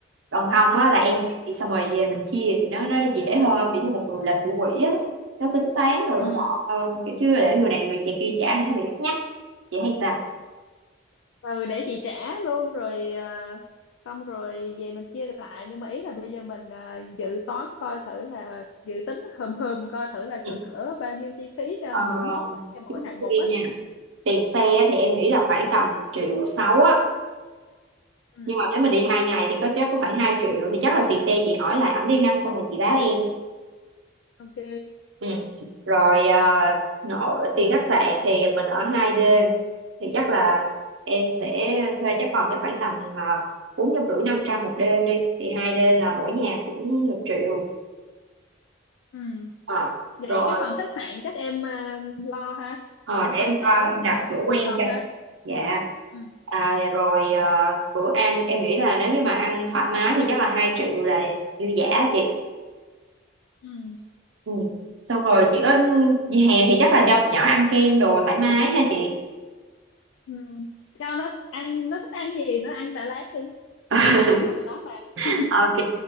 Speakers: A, on the right; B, on the left.
A: Còn không á là em
B: ừ
A: chi, xong rồi về mình chia thì nó nó dễ hơn kiểu như một người làm thủ quỹ á, nó tính toán rồi
B: ừ
A: nó gọn hơn kiểu chưa để người này người kia kia trả hay nó
B: ừ
A: bị lắt nhắt. Chị thấy sao?
B: Ừ, để chị trả luôn rồi ờ, xong rồi về mình chia lại nhưng mà ý là bây giờ mình ờ, dự toán coi thử là dự tính hờm hờm coi thử là
A: Ừ.
B: cỡ cỡ bao nhiêu chi phí cho
A: Ờ,
B: mỗi món á, cho mỗi
A: trước
B: hạng
A: tiên
B: mục á
A: nha tiền xe thì em nghĩ là khoảng tầm triệu sáu á
B: ừ
A: nhưng mà nếu mà đi hai ngày thì có chắc có khoảng hai triệu thì chắc là tiền xe chị hỏi lại ảnh đi ha xong rồi chị báo em
B: ok
A: ừ. rồi à, nọ, tiền khách sạn thì mình ở hai đêm thì chắc là em sẽ thuê cái phòng cho khoảng tầm ờ, bốn trăm rưỡi năm trăm một đêm đi thì hai đêm là mỗi nhà cũng một triệu
B: Ừ.
A: Ờ,
B: Vậy
A: rồi
B: cái phần khách sạn chắc em à, lo ha
A: Ờ,
B: em
A: để em
B: tham khảo
A: coi em đặt
B: à, em
A: chỗ
B: tìm
A: quen
B: phòng ha
A: Dạ.
B: ừ.
A: À, rồi à, bữa ăn em nghĩ là nếu như mà ăn thoải mái thì chắc là 2 triệu là dư dả chị.
B: Ừ.
A: Ừ. Xong rồi chị có dịp hè thì chắc là cho nhỏ ăn kem đồ thoải mái ha chị.
B: Ừ. cho nó ăn nó thích ăn gì nó ăn xả láng đi
A: <laughs>
B: kỳ nghỉ của tụi nó mà <laughs>
A: Ok,